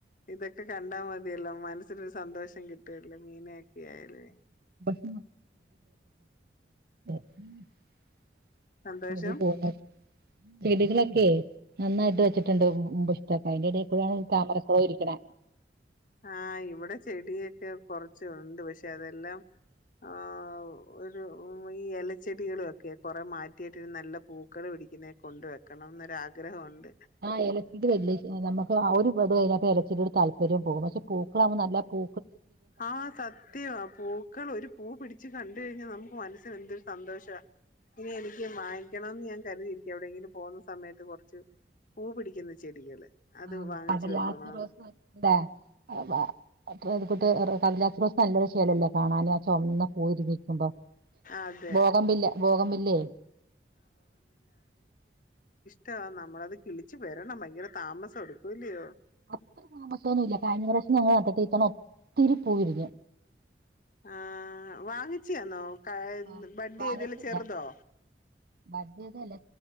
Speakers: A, on the left; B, on the right.
A: ഇതൊക്കെ കണ്ടാ മതിയല്ലോ മനസ്സിനൊരു സന്തോഷം കി <unintelligible> മീനൊക്കെ ആയാലേ
B: <unintelligible> <unintelligible> വീടുകളൊക്കെ നന്നായിട്ട് <unintelligible>
A: സന്തോഷം
B: അയിന്റെടെ ക്കൂടെണ് ഈ താമര ക്കുളംരിക്കണേ
A: ആഹ് ഇവിടെ ചെടിയൊക്കെ കൊറച്ച് ഉണ്ട് പക്ഷെ അതെല്ലാം ആഹ് ഒരു ഉ ഈ ഇലച്ചെടികളുഒക്കെ കുറെ മാറ്റിയിട്ടിരു നല്ല പൂക്കൾ പിടിക്കുന്നെ കൊണ്ട് വെക്കണം എന്നൊരാഗ്രഹമുണ്ട
B: ആഹ് എലചെടി വലിയ നമക്ക് അഒരു പാട്അതിനത്ത് <unintelligible> ഇലചെടി താല്പര്യം പോകും പൂക്കളാണ് നല്ല പൂ
A: ആ സത്യം ആ പൂക്കൾ ഒരു പൂ പിടിച്ച് കണ്ട് കഴിഞ്ഞ നമുക്ക് മനസ്സിന് എന്തൊരു സന്തോഷ ഇനി എനിക്ക് മായി ക്കണം ന്നു ഞാൻ കരുതിയിരിക്കുവാ എവിടെങ്കിലും പോവുന്ന സമയത്തു കൊർച്ച് പൂ പിടിയ്ക്കുന്ന ചെടികള് അത്
B: ആ
A: വാങ്ങിച്ചു
B: അപ്പത് <unintelligible>
A: വെക്കണോന്ന്
B: <unintelligible> ചൊമ്ന്ന പൂവ് വിരിഞ്ഞ് നിക്കുമ്പം
A: അതെ
B: ബോഗംവില്ല ബോഗൻവില്ലേ
A: ടവാ നമ്മളത് കിളിച്ചു വരണം ഭയങ്കര താമസമെടുക്കും ഇല്ലിയോ
B: അത്ര താമസൊന്നുമില്ല കഴിഞ്ഞ പ്രാവശ്യം ഞങ്ങളത് നട്ട് ഒത്തിരി പൂ വിരിഞ്ഞ്
A: ആാ വാങ്ങിച്ചയാന്നോ കായി
B: വാ-
A: ബഡ്ഡു ചെയ്തതിൽ
B: വാങ്ങിച്ചില്ല
A: ചെറുതോ
B: ബഡ്ഡ്യ്തല്ല